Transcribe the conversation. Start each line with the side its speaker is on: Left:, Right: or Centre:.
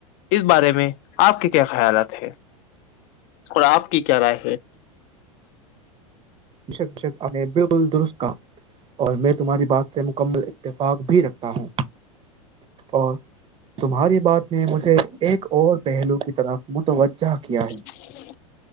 Left: اس بارے میں آپ کے کیا خیالات ہے اور آپ کی کیا رائے ہے
Right: بشک بشک بالکل درست کا <inaudible> اور میں تمہاری بات سے مکمل اتفاق بھی رکھتا ہوں اور تمہاری بات نے مجھے ایک اور پہلو کی طرف متوجہ کیا
Left: ج
Right: ہے
Left: <inaudible>